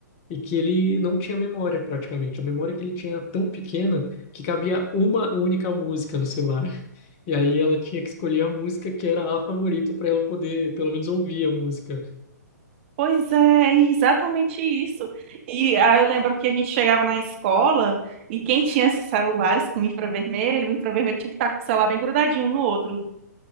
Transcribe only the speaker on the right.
Pois é, exatamente isso. E aí eu lembro que a gente chegava na escola e quem tinha esses celulares com infravermelho, o infravermelho tinha que estar com o celular bem grudadinho um no outro.